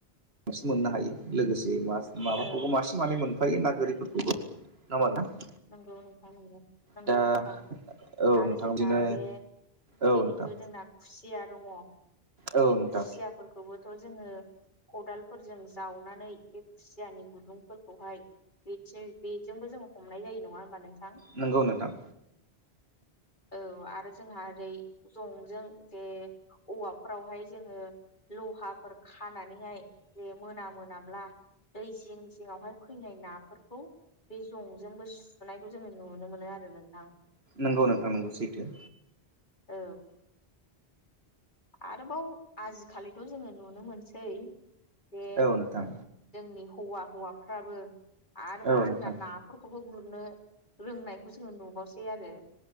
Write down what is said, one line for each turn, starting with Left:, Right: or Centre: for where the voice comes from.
Right: बांसिन मोननो हायो लोगोसे मास माबाखौबो
Left: औ
Right: मासे मानै मोनख हायो नागोरिफोरखौबो नङा होमबा नोंथां
Left: नंगौ नोंथां नंगौ नंगौ
Right: दा
Left: नोंथां।
Right: औ
Left: आरो
Right: नोंथां
Left: जोंना
Right: बिदिनो
Left: जे
Right: औ
Left: जिहेथु
Right: नोंथां
Left: जोंना खुसि या दङ
Right: औ
Left: बे
Right: नोंथां
Left: खुसियाफोरखौबोथ' जोङो खदालफोरजों जावनानै बे खुसियानि गुदुंफोरखौहाय बेथियाय बेजोंबो जोङो हमनाय जायो नङा होमबा नोंथां?
Right: नोंगौ नोंथां।
Left: औ आरो जोंहा ओरै जंजों जे औवाफ फ्रावहाय जोङो लहाफोर खानानैहाय जे मोना मोनाब्ला दै जिं जिंङावहाय फैनाय नाफोरखौ बे जंजोंबो सुनायखौ जोङो नुनो मोनो आरो नोंथां।
Right: नोंगौ नोंथां नोंगौ सैथो।
Left: औ। आरोबाव आजिखालिथ' जोङो नुनो मोनसै जे
Right: औ नोंथां
Left: जोंनि हौवा हौवाफ्राबो आरोबाव
Right: औ
Left: जोंना
Right: नोंथां
Left: नाफोरखौबो गुरनो रोंनायखौ जोङो नुबावसै आरो।